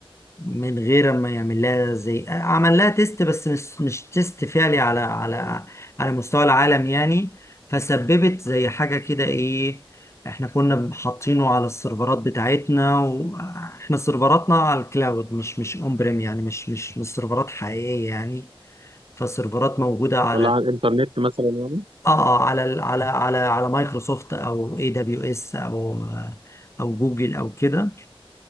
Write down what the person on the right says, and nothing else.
ولا على الانترنت مثلا يعني